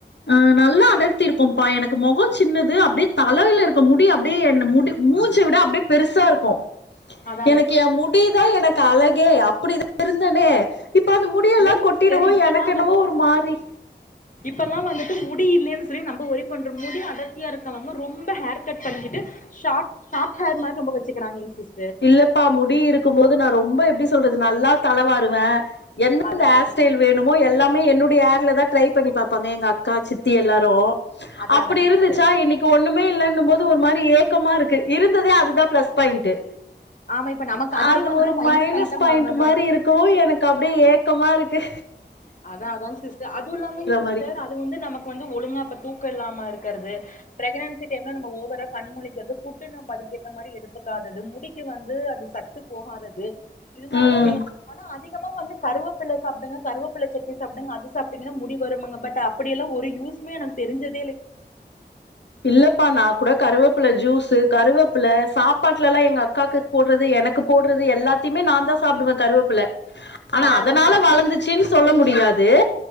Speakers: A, on the left; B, on the left.
A: ஆஹ் நல்லா அடர்த்தி இருக்கும்ப்பா எனக்கு மொகம் சின்னது அப்டியே தலையில இருக்க முடி அப்டியே என்ன முடி மூஞ்சு விட அப்டியே பெருசா இருக்கும்
B: அதா அதா
A: எனக்கு என் முடிதான் எனக்கு அழக் ஏ அப்படிதா இருந்தனே இப்ப அந்த முடியெல்லா
B: இல்லைங்க
A: கொட்டிடவு
B: சிஸ்டர் இப்பல்லா
A: எனக்கென்னவோ ஒரு மாரி
B: <unintelligible> ல்லாம் வந்துட்டு முடி இல்லைன்னு சொல்லி நம்ம ஒரி பண்ற முடி அதர்த்தியா இருக்கவங்க ரொம்ப ஹேர் கட் பண்ணிக்கிட்டு ஷார்ட் <unintelligible> மாரி ரொம்ப வச் <unintelligible>
A: இல்லப்பா முடி இருக்கும் போது நான் ரொம்ப எப்டி சொல் சொல்றது நல்லா தளவாறுவேன் என்ன
B: அதா
A: ஹர்
B: அதாங்
A: ஸ்டைல் வேணுமோ எல்லாமே என்னுடைய ஏர்ல தான் ட்ரை பண்ணி பாப்பாங்க எங்க அக்கா சித்தி எல்லாரும்
B: அதா
A: அப்படி
B: அதாங்க
A: இருந்துச்சா
B: சிஸ்டர்
A: இன்னைக்கு ஒண்ணுமே இலலன்னும் போது ஒரு மாரி ஏக்கமா இருக்கு இருந்ததே அதுதா பிளஸ் பாயிண்ட்டு
B: ஆமா இப்ப நமக்கு அதுவே
A: அது
B: வந்து
A: ஒரு மைனஸ்
B: பாயிண்டா
A: பாயிண்ட்
B: மாறுன
A: மாரி இருக்கவு எனக்கு அப்டியே ஏக்கமா இருக் க்கு
B: அதா அதாங் சிஸ்டர் அது இல்லாமயிங் சிஸ்டர்
A: மாரி.
B: அது வந்து நமக் க்கு வந்து ஒழுங்கா அப்ப தூக்கோ இல்லாம இருக்கறது ப்ரெக்னன்சிக்கு என்ன நம்ம ஓவரா கண் முழிக்கறது ஃபுட் நம்ம அதுக்கேத்தா மாரி எடுத்துக்காதது முடிக்கு வந்து அது சத்து போகாதது இதுனாலதா
A: ம்.
B: மே ஆனா அதிகமா வந்து கருவேப்பில சாப்டுங்க கருவேப்பில <unintelligible> சாப்டங்க அது சப்டிங்கனா முடி வரும்முங் பட் அப்படியெல்லாம் ஒரு யூஸ்மே எனக்கு தெரிஞ்சது
A: இல்லப்பா நான் கூட கருவேப்பல ஜூஸ் கருவேப்பில சாப்பாட்டுல எல்லாம் எங்க அக்காக்கு போடுறது எனக்கு போடுறது எல்லாத்தையுமே நான் தான் சாப்பிடுவேன் கருவேப்பில ஆனா
B: அதா
A: அதனால
B: அதாங் சிஸ்
A: வளர்ந்துச்சுன்னு சொல்ல முடியாது து